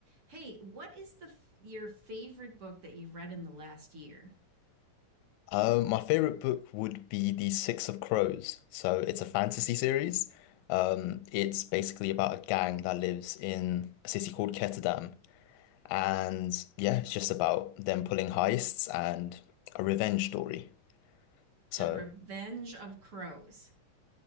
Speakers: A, on the right; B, on the left.
A: Hey, what is the your favorite book that you've read in the last year?
B: Uh, my favorite book would be The Six of Crows. So it's a fantasy series. Um, it's basically about a gang that lives in a city called Ketterdam. And yeah, it's just about them pulling heists and a revenge story. So
A: The Revenge of Crows.